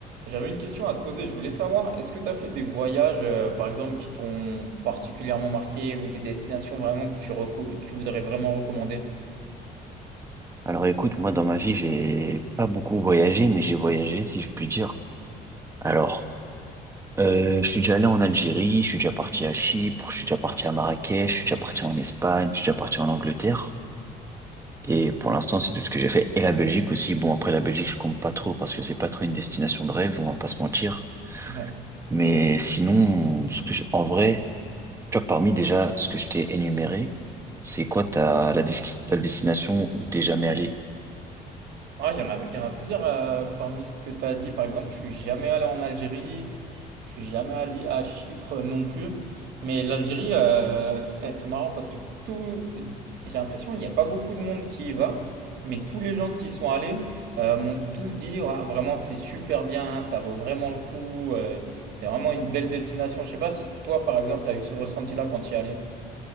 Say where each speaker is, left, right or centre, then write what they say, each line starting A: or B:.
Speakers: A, on the right; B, on the right.
A: J'avais une question à te poser. Je voulais savoir, est-ce que tu as fait des voyages, euh, par exemple, qui t'ont particulièrement marqué ou des destinations vraiment que tu, reco- tu voudrais vraiment recommander?
B: Alors écoute, moi dans ma vie, j'ai pas beaucoup voyagé, mais j'ai voyagé si je puis dire. Alors, euh, je suis déjà allé en Algérie, je suis déjà parti à Chypre, je suis déjà parti à Marrakech, je suis déjà parti en Espagne, je suis déjà parti en Angleterre. Et pour l'instant, c'est tout ce que j'ai fait. Et la Belgique aussi. Bon, après la Belgique, je compte pas trop parce que c'est pas trop une destination de rêve, on va pas se mentir.
A: Ouais.
B: Mais sinon, ce que je- en vrai, tu vois, parmi déjà ce que je t'ai énuméré, c'est quoi ta la, dis- la destination où t'es jamais allé?
A: Ah, il y en a, il y en a plusieurs euh, parmi ce que tu as dit. Par exemple, je suis jamais allé en Algérie, je suis jamais allé à Chypre non plus. Mais l'Algérie, euh, eh, c'est marrant parce que tout, j'ai l'impression qu'il n'y a pas beaucoup de monde qui y va, mais tous les gens qui y sont allés euh, m'ont tous dit Ouah, vraiment c'est super bien, ça vaut vraiment le coup, euh, c'est vraiment une belle destination. Je sais pas si toi, par exemple, tu as eu ce ressenti-là quand tu y es allé.